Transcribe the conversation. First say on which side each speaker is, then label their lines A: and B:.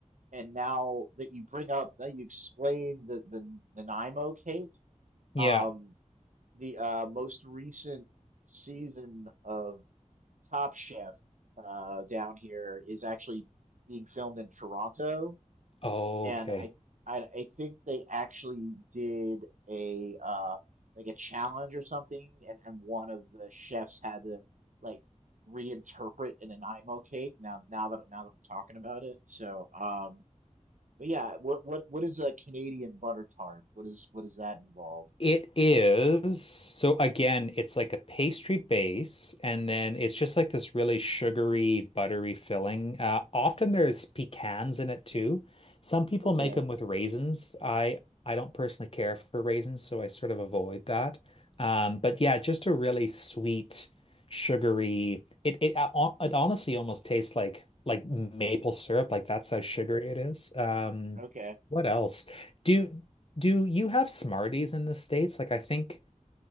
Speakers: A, on the right; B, on the left.
A: and now that you bring up that you explain the the Nanaimo cake,
B: Yeah.
A: um, the uh, most recent season of Top Chef uh, down here is actually being filmed in Toronto,
B: Oh,
A: and
B: okay.
A: I, I I think they actually did a uh like a challenge or something, and and one of the chefs had to like reinterpret an Nanaimo cake. Now now that now that we're talking about it, so um, but yeah, what what what is a Canadian butter tart? What is what does that involve?
B: It is. So again, it's like a pastry base, and then it's just like this really sugary, buttery filling. Uh, often there's pecans in it too. Some people
A: Okay,
B: make them with raisins. I I don't personally care for raisins, so I sort of avoid that. Um, but yeah, just a really sweet, sugary. It it uh, it honestly almost tastes like like maple syrup. Like that's how sugary it is. Um,
A: okay.
B: what else? Do do you have Smarties in the States? Like I think